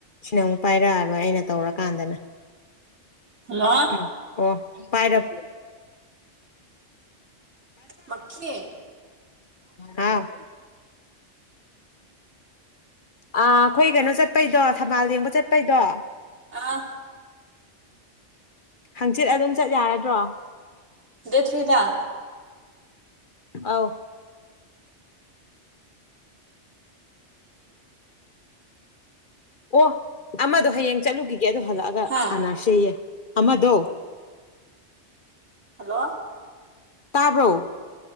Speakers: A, on the left; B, on the right.
A: ꯁꯤꯅ ꯑꯃꯨꯛ ꯄꯥꯏꯔꯛꯑꯔꯣꯏ ꯑꯩꯅ ꯇꯧꯔꯀꯥꯟꯗꯅ
B: ꯍꯜꯂꯣ
A: ꯎꯝ ꯑꯣ ꯄꯥꯏꯔꯞ
B: ꯃꯛꯈꯦ
A: ꯉꯔꯥꯡ ꯑ ꯑꯩꯈꯣꯏ ꯀꯩꯅꯣ ꯆꯠꯄꯩꯗꯣ ꯊꯝꯕꯥꯜ ꯌꯦꯡꯕ ꯆꯠꯄꯩꯗꯣ
B: ꯑꯥ
A: ꯍꯪꯆꯤꯠ ꯑꯗꯨꯝ ꯆꯠ ꯌꯥꯔꯗ꯭ꯔꯣ
B: ꯗꯦꯗ ꯊ꯭ꯔꯤꯗ
A: ꯑꯧ ꯑꯣ ꯑꯃꯗꯣ ꯍꯌꯦꯡ ꯆꯠꯂꯨꯈꯤꯒꯦ ꯑꯗꯨ ꯍꯜꯂꯛꯑꯒ
B: ꯍꯥ
A: ꯁꯥꯟꯅꯔꯁꯦꯌꯦ ꯑꯃꯗꯣ
B: ꯍꯜꯂꯣ
A: ꯇꯥꯔꯕꯣ